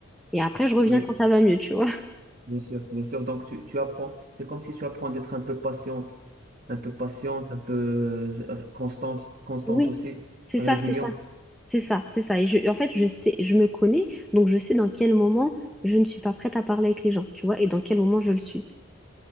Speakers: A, in the centre; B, on the right.
A: Et après, je reviens
B: Oui,
A: quand ça va mieux, tu vois.
B: bien sûr, bien sûr. Donc, tu, tu apprends. C'est comme si tu apprends d'être un peu patiente, un peu patiente, un peu euh, constante, constante
A: Oui,
B: aussi,
A: c'est
B: résiliente.
A: ça, c'est ça, c'est ça, c'est ça. Et je, en fait, je sais, je me connais, donc je sais dans quel moment je ne suis pas prête à parler avec les gens, tu vois, et dans quel moment je le suis.